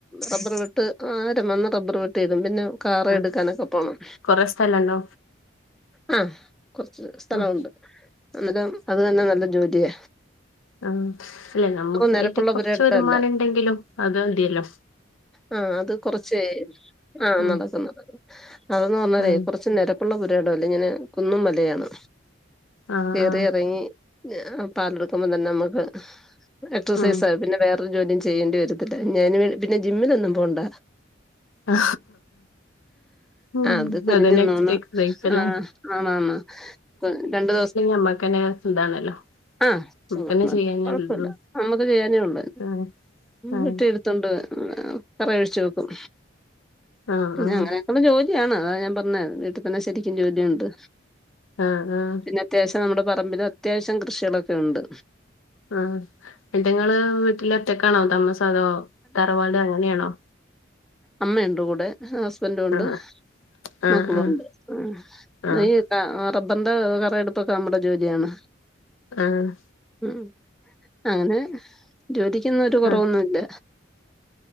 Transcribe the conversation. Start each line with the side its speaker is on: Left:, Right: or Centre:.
Centre: റബർ വെട്ട് ആര വന്ന് റബ്ബർ വെട്ടിയിടും പിന്ന കാറേ
Left: ആഹ്
Centre: എടുക്കാനൊക്കെ പോണം.
Left: കൊറെ സ്ഥലണ്ടോ
Centre: ആ കൊറച്ച് സ്ഥലോണ്ട്
Left: ആഹ്
Centre: അന്നരം അത് തന്നെ നല്ല ജോലിയ.
Left: ആ ല്ലെ നമ്മുക്കായിട്ട്
Centre: നിരപ്പുള്ള
Left: കൊറച്ച്
Centre: പുരയിടമല്ല
Left: വരുമാനണ്ടെങ്കിലും അത് തിയല്ലോ.
Centre: ആ അത് കൊറച്ചേ ആ
Left: ആഹ്
Centre: നടക്കുന്നത്. അതെന്ന് പറഞ്ഞാലേ
Left: ആഹ്
Centre: കൊറച്ച് നെരപ്പുള്ള പുരയിടല്ല ഇങ്ങനെ കുന്നും മലയാണ്.
Left: ആഹ്
Centre: കേറി
Left: ആഹ്
Centre: എറങ്ങി പാലെടുക്കുമ്പ തന്നെ നമ്മക്ക് എക്സർസൈസായി
Left: ഉം
Centre: പിന്നെ വേറൊരു ജോലിയും ചെയ്യേണ്ടി വരത്തില്ല ഞാന് വേ പിന്നെ ജിമ്മിനൊന്നും പോണ്ട.
Left: ആ ഉം
Centre: ആഹ് അത് കുനിഞ്ഞുനിന്ന്
Left: അതന്നെ എക്സൈസസല്ലേ
Centre: ആഹ് ആണാണ് രണ്ടു
Left: ഒരസുഖല്ലങ്കിയമ്മക്കന്നേ <unintelligible> ഇതാണല്ലോ.
Centre: ആ
Left: നമുക്കന്നെ
Centre: <inaudible>
Left: ചെയ്യാനല്ലല്ലോ
Centre: കൊഴപ്പില്ല നമ്മക്ക് ചെയ്യാനേ ഉള്ളൂ
Left: ആഹ് ആഹ്
Centre: വെട്ടി എടുത്തോണ്ട് കറ ഒഴിച്ചു വെക്കും
Left: ആഹ്
Centre: പിന്നെ
Left: ആഹ്
Centre: അങ്ങനെയൊക്കെള്ള ജോലി യാണ് അതാ ഞാൻ പറഞ്ഞെ വീട്ടിതന്നെ ശരിക്കും ജോലിയൊണ്ട്
Left: ആഹ് ആഹ്
Centre: പിന്നെ അത്യാവിശ്യം നമ്മടെ പ പറമ്പിലത്യാവശ്യം കൃഷികളൊക്കെണ്ട്.
Left: ആ പെഡ്ങ്ങള് വീട്ടിലൊറ്റക്കാണോ താമ അതോ തറവാട് അങ്ങനെയാണോ?
Centre: അമ്മയൊണ്ട് കൂടെ. ഹസ്ബന്റും ഒണ്ട്
Left: ആഹ്
Centre: മക്കളുണ്ട്
Left: ആഹ് ആഹ്
Centre: <unintelligible>
Left: ആഹ്
Centre: തബന്റെ കറയെടുപ്പൊക്കെ നമ്മടെ ജോലിയാണ്.
Left: ആഹ്
Centre: ഉം അങ്ങനെ ജോലിക്കൊന്നും ഒരു കുറവൊന്നു
Left: ആഹ്
Centre: ഇല്ല